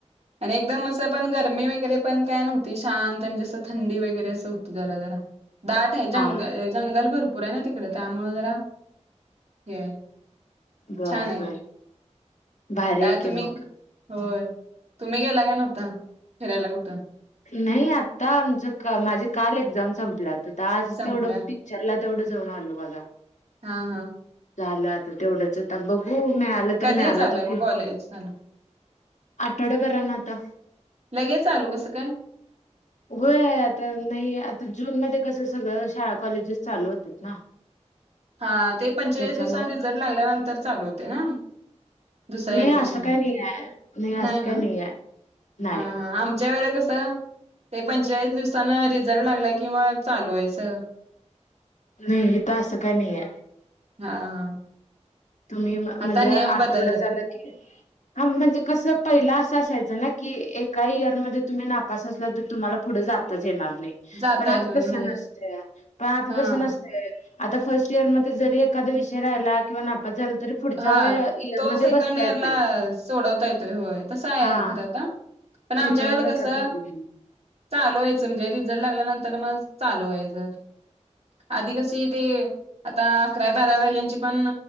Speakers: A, on the right; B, on the left.
A: आणि एकदम असं पण गरमी वगैरे पण काय नव्हत ती शांत म्हणजे असं थंडी वगैरे असं होत जरा जरा दाट आहे
B: हा
A: जंग अं जंगल भरपूर पुरे ना तिकडे त्यामुळे जरा हे
B: बर
A: छान आहे.
B: बर भारी
A: काय
B: आहे की
A: तुम्ही
B: मग
A: होय तुम्ही गेला का नव्हता फिरायला कुठं
B: नाही आता आमच क माझे काल एक्झाम संपल्यात तिथं आज
A: संपल्या
B: तेवढं पिक्चरला तेवढं जाऊन आलो बघा
A: हा हा
B: झालं आता तेवढंच आता बघू मिळालं
A: कधी
B: तर मिळाला
A: चालू
B: आता
A: आहे मग
B: ते
A: कॉलेज चालू
B: आठवड्याभराना आता
A: लगेच चालू कसं काय
B: होय आता नाही आता जूनमध्ये कसं सगळं शाळा कॉलेजेस चालू होतात ना
A: हा ते पंचेचाळीस
B: त्याच्यामुळे
A: दिवसां रिझल्ट लागल्यानंतर चालू होते ना दुसरं
B: नाही
A: ॲडॅप्टर
B: असं काय नाही आहे
A: नाही
B: असं काय
A: ना
B: आहे नाही.
A: हा हा आमच्यावेळेला कस ते पंचाळीस दिवसानं रिझल्ट लागला की मग चालवायचं
B: नाही ईथं असं का नाही आहे
A: हा हा
B: तुम्ही म्हणजे
A: आता नियम
B: आठवड
A: बदललेत.
B: झालं की हा म्हणजे कस पहिला असं असायचं ना कि एका इयरमध्ये तुम्ही नापास असला तर तुम्हाला पुढे जाताच येणार
A: जाता
B: पण आता
A: येणार नाही
B: तसं
A: होय.
B: नसतय पण आता
A: हा.
B: तसं नसतय आता फर्स्ट इयर मध्ये जरी एखादा विषय राहिला किंवा नापास तरी पुढच्या
A: हा
B: इयर
A: तो
B: मध्ये
A: सेकंड
B: बसता
A: इयर
B: येतंय
A: ला सोडवता येतोय होय तसं आहे
B: हा
A: खरं आता पण आमच्या
B: त्याच्यामुळे
A: वेळे कसं
B: काय प्रॉब्लेम नाही
A: चालू वयचं म्हणजे रिझल्ट ला लागल्यानंतर मग चालू व्हायचं आधी कशी ती आता अकरावी बारावी वाल्यांची पण